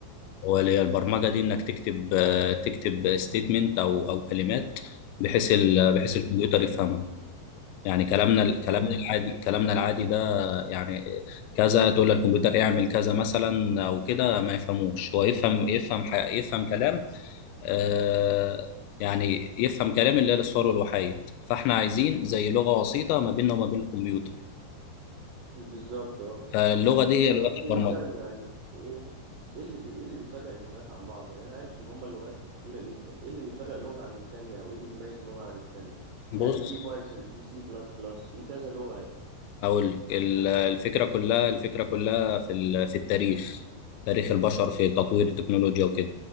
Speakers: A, on the left; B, on the right.
A: هو اللي هي البرمجه دي انك تكتب آه، تكتب ستيتمنت او او كلمات بحيث ال... بحيث
B: امم
A: الكمبيوتر يفهمها يعني كلامنا
B: تمام
A: كلامنا العادي كلامنا العادي ده يعني كذا تقول للكمبيوتر اعمل كذا مثلا او كده ما يفهموش هو يفهم يفهم ح... يفهم كلام آه يعني يفهم كلام اللي هي للصور والوحايد فاحنا عايزين زي لغه وسيطه ما بيننا وما بين الكمبيوتر
B: بالظبط اه
A: فاللغه دي
B: انا
A: هي لغه
B: قصدي
A: البرمجه
B: مثلا يعني ايه اللي بي... ايه اللي بيفرق اللغات عن بعض يعني انا عارف ان هما لغات كتيره جدا ايه اللي بيفرق لغه عن التانية او ايه اللي بيميز لغه عن التانية
A: بص
B: يعني في بايثون في سي بلس بلس في كذا لغه يعني
A: أقول لك ال- الفكرة كلها الفكرة كلها في ال- في التاريخ تاريخ البشر في تطوير التكنولوجيا وكده